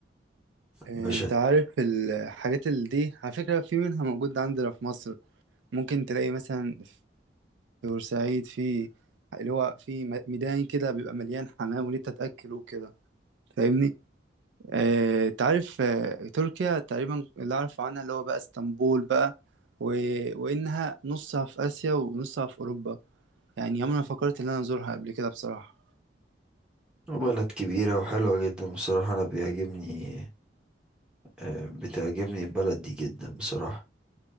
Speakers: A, on the right; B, in the centre.
A: آه،
B: مشهد
A: انت عارف الحاجات اللي دي على فكرة في منها موجود عندنا في مصر ممكن تلاقي مثلا في بورسعيد في اللي هو في م- ميدان كده بيبقى مليان حمام وليه تتأكل وكده فاهمني اه انت عارف آه، تركيا تقريبا اللي اعرف عنها اللي هو بقى اسطنبول بقى و... وانها نصها في اسيا ونصها في اوروبا يعني عمري ما فكرت ان انا ازورها قبل كده بصراحة
B: بلد كبيرة وحلوة جدا بصراحة انا بيعجبني آه بتعجبني البلد دي جدا بصراحة